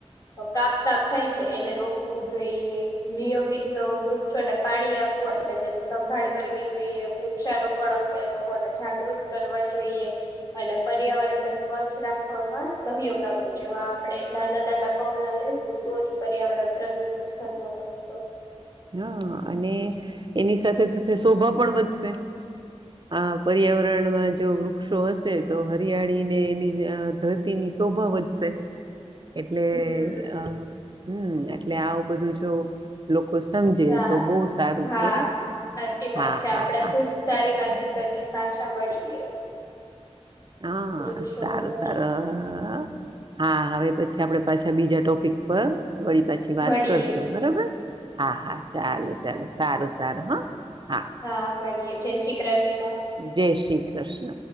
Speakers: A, on the left; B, on the right.
A: કાપ કામ થાય છે એને રોકવું જોઈએ નિયમિત વૃક્ષોને પાણી આપવું અને સંભાળ કરવી જોઈએ વૃક્ષારોપણ અંગે લોકોને જાગૃત કરવા જોઈએ અને પર્યાવરણને સ્વચ્છ રાખવા સહયોગ આપો જેવા આપણેે નાના નાના પગલા લેસુું તો જ પર્યાવરણ પ્રદુષણ <unintelligible>
B: હા, અને એની સાથે, સાથે શોભા પણ વધશે આ પર્યાવરણમાં જો વૃક્ષો, હશે તો હરિયાળીને એની ધરતીની શોભા વધશે. એટલે
A: હમ
B: અ હમ, એટલે આવું બધું જો લોકો સમજે
A: સા
B: તો બહુ સારું
A: હા
B: છે
A: સાચી વાત
B: હા
A: છે,
B: હા
A: આપડે
B: હા
A: ખુબ સારી વાત કરી, પાછા મળીએ
B: હા,
A: વૃક્ષો
B: સારું,
A: ઉપર
B: સારું હા, હવે પછી આપડે પાછા બીજા ટોપિક પર વળી પાછી, વાત
A: મળીએ
B: કરશું બરાબર હા, હા ચલેો, ચાલો સારું સારું હા
A: હા, મળીએે જય શ્રી કૃષ્ણ.
B: જય શ્રી કૃષ્ણ.